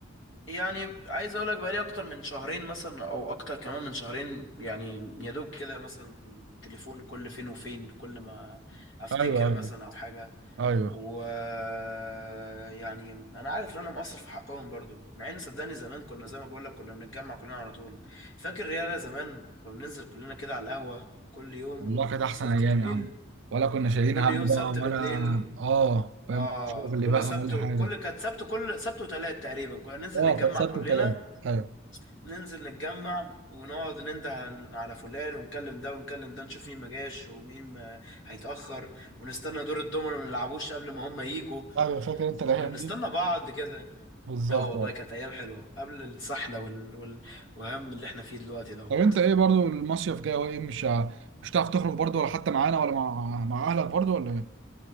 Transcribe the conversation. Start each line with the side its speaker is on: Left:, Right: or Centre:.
Left: يعني عايز اقول لك بقالي اكتر من شهرين مثلا او اكتر كمان من شهرين يعني يا دوب كده مثلا تليفون كل فين وفين كل ما افتكر
Right: ايوه ايوه
Left: مثلا او حاجة
Right: ايوه
Left: ويعني انا عارف ان انا مقصر في حقهم برضو مع ان صدقني زمان كنا زي ما بقول لك كنا بنتجمع كلنا على طول فاكر رياضة زمان كنا بننزل كلنا كده على القهوة كل يوم
Right: والله كانت احسن
Left: سبت
Right: ايام
Left: بالليل
Right: يا عم ولا كنا شايلين
Left: كل
Right: هم
Left: يوم سبت
Right: بقى ولا
Left: بالليل
Right: اه فاهم
Left: اه
Right: شغل
Left: كل
Right: بقى
Left: سبت
Right: ولا حاجه
Left: كل كانت سبت كل سبت وتلات تقريبا كنا ننزل
Right: اه
Left: نتجمع
Right: كان سبت
Left: كلنا
Right: وثلاث ايوه
Left: ننزل نتجمع ونقعد ننده على فلان ونكلم ده ونكلم ده نشوف مين ما جاش ومين ما هيتأخر ونستنى دور الدومينو ما نلعبوش قبل ما هم يجوا
Right: ايوه فاكر انت الايام
Left: كنا نستنى
Right: دي
Left: بعض كده
Right: بالظبط
Left: اه والله
Right: اه
Left: كانت ايام حلوه قبل السحله وال... وال... والهم اللي احنا فيه دلوقتي دوت
Right: طب انت ايه برضو المصيف جاي وايه مش ه- مش هتعرف تخرج برضو ولا حتى معانا ولا مع مع اهلك برضو ولا ايه؟